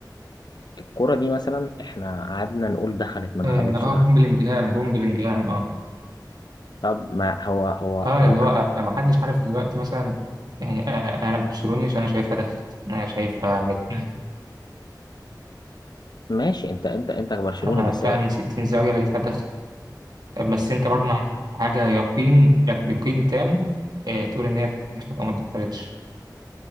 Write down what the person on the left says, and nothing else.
الكرة دي مثلا احنا قعدنا نقول دخلت ما دخلتش
طب ما هو هو
هو
ك...
ماشي انت انت انت برشلوني
بس هي-